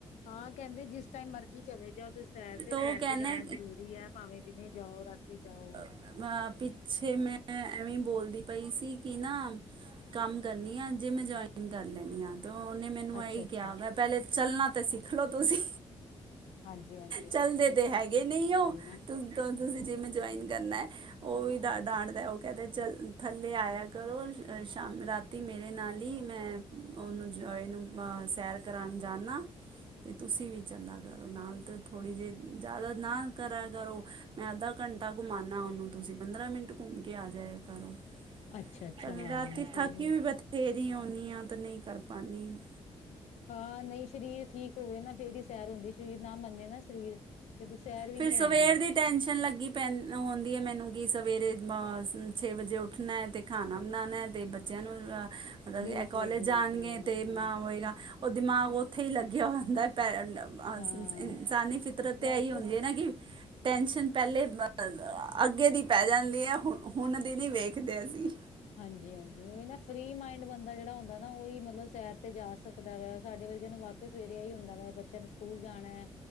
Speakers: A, on the left; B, on the right.
A: ਹਾਂ ਕੈੰਦੇ ਜਿਸ ਟਾਈਮ ਮਰਜੀ ਚਲੇ ਜਾਓ ਤੇ ਸੈਰ ਤੇ
B: ਤਾਂ ਉਹ
A: ਤੈਰ
B: ਕਹਿੰਦੇ
A: ਤੇ ਜਾਣਾ ਜਰੂਰੀ ਐ ਭਾਵੇਂ ਦਿਨੇ ਜਾਓ ਰਾਤੀ ਜਾਓ।
B: ਅ ਪਿੱਛੇ ਮੈਂ ਮੈਂ ਐਵੇਂ ਈ ਬੋਲਦੀ ਪਈ ਸੀ ਕਿ ਨਾ ਕੰਮ ਕਰਨੀ ਆ ਜਿੰਮ ਜੋਇਨ ਕਰ ਲੇਨੀ ਆਂ। ਤਾਂ ਓਨੇ ਮੈਨੂੰ
A: ਅੱਛਾ-ਅੱਛਾ
B: ਐਹੀ ਕਿਆ ਮੈਂ ਪੈਲੇ ਚੱਲਨਾ ਤੇ ਸਿੱਖ ਲੋ ਤੁਸੀਂ।
A: ਹਾਂਜੀ-ਹਾਂਜੀ-ਹਾਂਜੀ
B: ਚੱਲਦੇ
A: ਬਿਲਕੁਲ
B: ਤੇ ਹੈਗੇ
A: ਜੀ ਬਿਲਕੁਲ
B: ਨਹੀ ਓਹ
A: ਉਹੀ ਨਾ
B: ਤੂੰ ਤੇ ਹੁਨ ਤੁਸੀਂ ਜਿੰਮ ਜੋਇਨ ਕਰਨੈ ਓਹ ਵੀ ਡਾਟ ਡਾਟਦੈ। ਕਦੇ ਚਲ ਥੱਲੇ ਆਯਾ ਕਰੋ ਸ਼ ਸ਼ਾਮ ਰਾਤੀ ਮੇਰੇ ਨਾਲ ਈ ਮੈਂ ਓਨੂੰ ਜੋਏ ਨੂੰ ਅਹ ਸੈਰ ਕਰਾਨਾ ਜਾਂਨਾ। ਤੇ ਤੁਸੀਂ ਵੀ ਚਲਾ ਕਰੋ ਨਾਲ ਤ ਥੋੜ੍ਹੀ ਜੀ ਜੈਦਾ ਨਾ ਕਰਾ ਕਰੋ। ਮੈਂ ਅੱਧਾ ਘੰਟਾ ਘੁਮਾਨਾ ਔਨੁ ਤੁਸੀਂ ਪੰਦਰਾਂ ਮਿੰਟ ਘੁੰਮ ਕੇ ਆ ਜਾਯਾ ਕਰੋ
A: ਅੱਛਾ-ਅੱਛਾ
B: ਰ
A: ਹਾਂ
B: ਰਾਤੀ
A: ਸਹੀ
B: ਥਕੀ
A: ਹੈ
B: ਵੀ ਬਥੇਰੀ ਹੋੰਣੀ ਆ ਤੇ ਨਹੀਂ ਕਰ ਪਾਣੀਦ ਆ।
A: ਹਾਂ ਨਹੀਂ ਸਰੀਰ ਠੀਕ ਹੋਵੇ ਨਾ ਫੇਰ ਹੀ ਸੈਰ ਹੁੰਦੀ ਸਰੀਰ ਨਾ ਮੰਨੇ ਨਾ ਸਰੀਰ ਤੇ ਫਿਰ ਸੈਰ ਵੀ
B: ਫਿਰ
A: ਨੀ ਹੁੰਦੀ
B: ਸਵੇਰ ਦੀ ਟੈਨਸ਼ਨ ਲੱਗੀ ਪੈਂ ਹੁੰਦੀ ਹੈ ਮੈਨੂੰ ਕਿ ਸਵੇਰੇ ਛੇ ਵਜੇ ਉੱਠਣਾ ਹੈ ਅਤੇ ਖਾਣਾ ਬਣਾਉਣਾ ਹੈ ਅਤੇ ਬੱਚਿਆਂ ਨੂੰ ਮਤਲਬ
A: ਬਿਲਕੁਲ
B: ਕਿ ਇਹ ਕੋਲਜ
A: ਜੀ
B: ਜਾਣਗੇ
A: ਬਿਲਕੁਲ ਉਹੀ
B: ਅਤੇ
A: ਨਾ
B: ਮੈਂ
A: ਹਾਂ
B: ਹੋਏਗਾ ਉਹ ਦਿਮਾਗ ਉੱਥੇ ਹੀ ਲੱਗਿਆ ਹੁੰਦਾ ਪੈਰ ਅਹ
A: ਹਾਂ
B: ਇਨਸਾਨੀ ਫਿਤਰਤ ਤੇ
A: ਵਾਕਿਸ
B: ਇਹੀ ਹੁੰਦੀ ਹੈ ਨਾ ਕਿ ਟੈਸ਼ਨ ਪਹਿਲੇ ਅੱਗੇ ਦੀ ਪੈ ਜਾਂਦੀ ਹੈ ਹੁ ਹੁਣ ਦੀ ਨਹੀਂ ਵੇਖਦੇ ਅਸੀਂ
A: ਹਾਂਜੀ ਹਾਂਜੀ ਉਹ ਨਾ ਫਰੀ ਮਾਈੰਡ ਬੰਦਾ ਜਿਹੜਾ ਹੁੰਦਾ ਨਾ ਉਹੀ ਮਤਲਬ ਸੈਰ ਤੇ ਜਾ ਸਕਦਾ ਵਾ ਸਾਡੇ ਵਰਗਿਆਂ ਨੂੰ ਵਾਕ ਸਵੇਰੇ ਹੀ ਹੁੰਦਾ ਵਾ ਬੱਚਿਆਂ ਨੂੰ ਸਕੂਲ ਜਾਣਾ